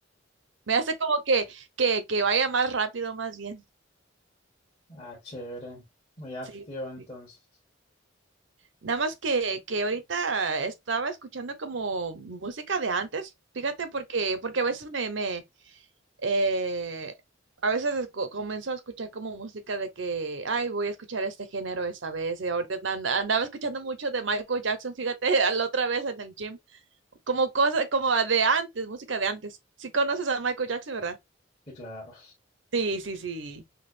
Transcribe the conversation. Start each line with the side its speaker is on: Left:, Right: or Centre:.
Right: Me hace como que, que, que vaya más rápido, más bien.
Left: Ah, chévere. Muy activo
Right: Sí, sí,
Left: entonces.
Right: sí. Nada más que, que ahorita estaba escuchando como música de antes, fíjate, porque, porque a veces me, me eh, a veces esco- comienzo a escuchar como música de que, ay, voy a escuchar este género esta vez, y ahorita and- andaba escuchando mucho de Michael Jackson, fíjate, <laughs> a la otra vez en el gym, como cosa, como de antes, música de antes. si conoces a Michael Jackson, ¿verdad?
Left: Sí, claro.
Right: Sí, sí, sí.